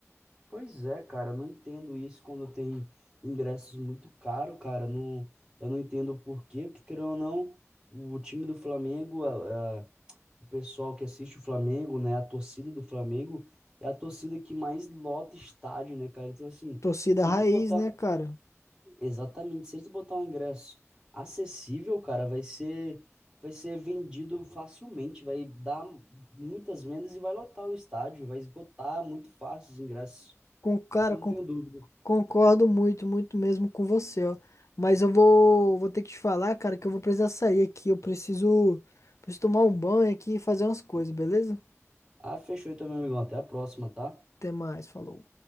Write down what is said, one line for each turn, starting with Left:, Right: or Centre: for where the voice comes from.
Right: Pois é, cara, eu não entendo isso quando tem ingressos muito caros, cara. Não, eu não entendo o porquê, porque querendo ou não, o time do Flamengo, a- a- o pessoal que assiste o Flamengo, né, a torcida do Flamengo é a torcida que mais lota estádio, né, cara? Então assim,
Left: Torcida
Right: se
Left: raiz,
Right: eles botar,
Left: né, cara?
Right: exatamente, se eles botar um ingresso acessível, cara, vai ser vai ser vendido facilmente, vai dar muitas vendas e vai lotar o estádio, vai esgotar muito fácil os ingressos.
Left: Com, cara,
Right: Isso eu
Left: con-
Right: não tenho dúvida.
Left: concordo muito, muito mesmo com você, ó. Mas eu vou, vou ter que te falar, cara, que eu vou precisar sair aqui. Eu preciso, preciso tomar um banho aqui e fazer umas coisas, beleza?
Right: Ah, fechou então, meu amigão. Até a próxima, tá?
Left: Até mais, falou.